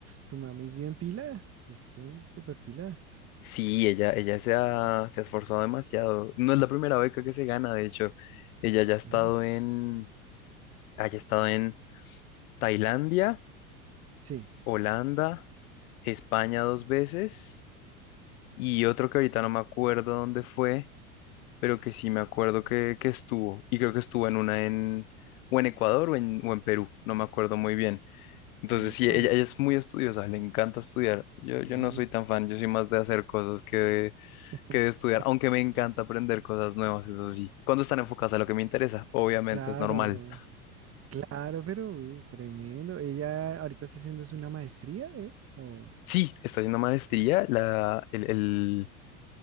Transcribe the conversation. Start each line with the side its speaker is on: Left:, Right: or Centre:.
Right: tu mami es bien pila, es eh, súper pila.
Left: Sí, ella, ella se ha, se ha esforzado demasiado. No es la primera beca que se gana, de hecho. Ella ya ha estado
Right: Ujú.
Left: en, haya estado en Tailandia,
Right: Sí.
Left: Holanda, España dos veces y otro que ahorita no me acuerdo dónde fue, pero que sí me acuerdo que, que estuvo. Y creo que estuvo en una en, o en Ecuador o en, o en Perú, no me acuerdo muy bien. Entonces,
Right: Upa.
Left: sí, ella, ella es muy estudiosa, le encanta estudiar. Yo, yo
Right: uy,
Left: no soy tan fan, yo soy más de hacer cosas que de,
Right: <laughs>
Left: que de estudiar, aunque me encanta aprender cosas nuevas, eso sí. Cuando están enfocadas a lo que me interesa, obviamente
Right: Claro,
Left: es normal.
Right: claro, pero uy, tremendo. Ella ahorita está haciendo es una maestría, ¿es? O-
Left: Sí, está haciendo maestría, la, el, el-